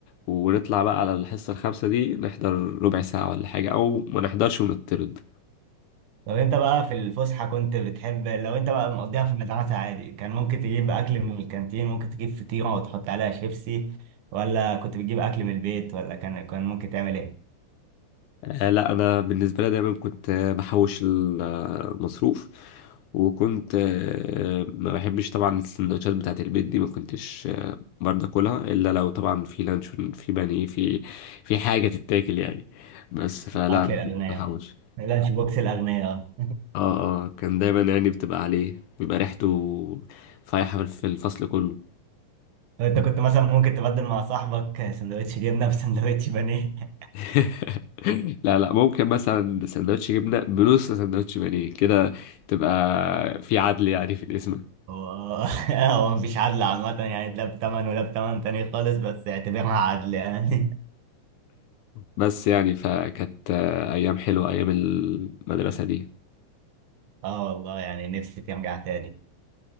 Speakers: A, on the left; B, on the right.
A: ونطلع بقى على الحصة الخامسة دي نحضر ربع ساعة ولا حاجة أو ما نحضرش ونطرد
B: طب انت بقى في الفسحة كنت بتحب لو انت بقى مقضيها في المدرسة عادي كان ممكن تجيب اكل من الكانتين ممكن تجيب فطيرة وتحط عليها شيبسي ولا كنت بتجيب اكل من البيت ولا كان كان ممكن تعمل ايه؟
A: آه لا أنا بالنسبة لي دايما كنت آه، بحوش المصروف وكنت آه، ما بحبش طبعا السندوتشات بتاعة البيت دي ما كنتش آه، برضه اكلها الا لو طبعا في لانشون في بانيه في في حاجه تتاكل يعني بس فلا
B: اكل
A: أنا
B: الاغنياء
A: كنت بحوش
B: اللانش بوكس الاغنياء اه
A: اه اه كان دايما يعني بتبقى عليه بيبقى ريحته فايحه في الفصل كله
B: انت كنت مثلا ممكن تبدل مع صاحبك سندوتش جبنة بسندوتش بانيه
A: <laughs> لا لا ممكن مثلا سندوتش جبنة بنص سندوتش بانيه كده تبقى في عدل يعني في الاسم
B: <laughs> هو هو مفيش عدل عامة يعني ده بتمن وده بتمن تاني خالص بس اعتبرها عدل يعني
A: بس يعني فكانت آه، أيام حلوة أيام المدرسة دي
B: <laughs> اه والله يعني نفسي ترجع تاني